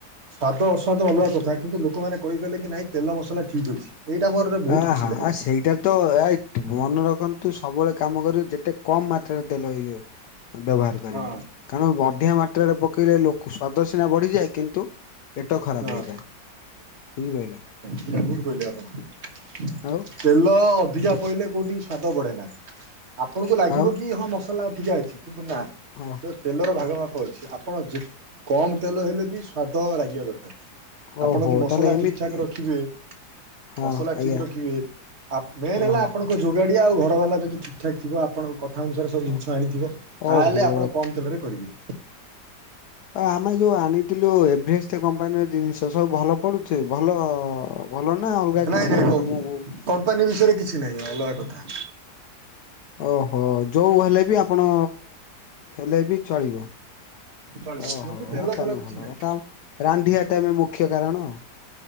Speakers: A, on the right (about 40°); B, on the left (about 75°).
A: ସ୍ଵାଦ ଅସ୍ୱାଦ ଅଲଗା କଥା କିନ୍ତୁ ଲୋକମାନେ କହିଗଲେ କି ନାଇଁ ତେଲ ମସଲା ଠିକ୍ ଅଛି। ଏଇଟା ମୋର ବହୁତ
B: ଆ
A: ଖୁସି
B: ହା
A: ଲାଗିଲା।
B: ଆ ସେଇଟା ତ ଏ ମନେ ରଖନ୍ତୁ ସବୁବେଳେ କାମ କରିବୁ ଯେତେ କମ୍ ମାତ୍ରାରେ ଦେଲ ଇଏ ବ୍ୟବହାର କରିବି
A: ହଁ
B: କାରଣ ବଢିଆ ମାତ୍ରାରେ ପକେଇଲେ ଲୋକ ସ୍ୱାଦ ସିନା ବଢିଯାଏ କିନ୍ତୁ ପେଟ ଖରାପ
A: ହଁ
B: ହେଇଯାଏ ବୁଝିପାରିଲ।
A: ଏଟା କୁଣ କହିଲେ ଆପଣ।
B: ଆଉ।
A: ତେଲ ଅଧିକା ପଇିଲଲେ କୋଉଠି ସ୍ଵାଦ ବଢେ ନାହି। ଆପଣଙ୍କୁ ଲାଗିବ
B: ଆଉ
A: କି ହଁ ମସଲା ଅଧିକା ହେଇଛି କିନ୍ତୁ ନା
B: ହଁ
A: ତ ତେଲର ଭାଗମାପ
B: ଆଉ
A: <unintelligible> ଆପଣ ଯେ କମ ତେଲ ହେଲେ ବି ସ୍ଵାଦ ଲାଗିବା ଦରକାର। ଆପଣ
B: ଓହୋ
A: ଯଦି ମସଲା
B: ତାହେଲେ ଏମିତି
A: ଠିକ୍ ଠାକ୍ ରଖିବେ
B: ହଁ
A: ମସଲା
B: ଆଜ୍ଞା
A: ଠିକ ରଖିବେ ଆପ ମେନ୍ ହେଲା
B: ଓହୋ
A: ଆପଣ ଯୋଗାଡିଆ ଅଉ ଘର ବାଲା ଯଦି ଠିକ ଠାକ ଆପଣଙ୍କ କଥା ଅନୁସାରେ ସବୁ
B: ହଉ
A: ଜିନିଷ ଆଣିଥିବ ତାହେଲେ
B: ଓହୋ।
A: ଆପଣ କମ୍ ତେଲରେ କରିବେ।
B: ଆମେ ଯୋଉ ଆଣିଥିଲୁ ଏଭରେଷ୍ଟ କମ୍ପାନୀର ଜିନିଷ ସବୁ ଭଲ ପଡୁଛେ ଭଲ ଭଲ ନା ଅଲଗା
A: ନାଇଁ
B: କିଛି
A: ନାଇଁ
B: ଆମକୁ
A: କମ୍ପାନୀ ବିଷୟରେ କିଛି ନାହିଁ ଅଲଗା କଥା।
B: ଓହୋ ଯଉଁ ହେଲେ ବି ଆପଣ ହେଲେ ବି ଚଳିବ
A: ଚଳିବ
B: ଓହୋ
A: ସେମିତି ତେଲ
B: ଆ
A: ଫେଲ
B: ତାହେଲେ
A: କିଛି
B: ଭଲ
A: ନାହିଁ
B: କଥା ଆଉ। <unintelligible> ମୁଖ୍ୟ କାରଣ।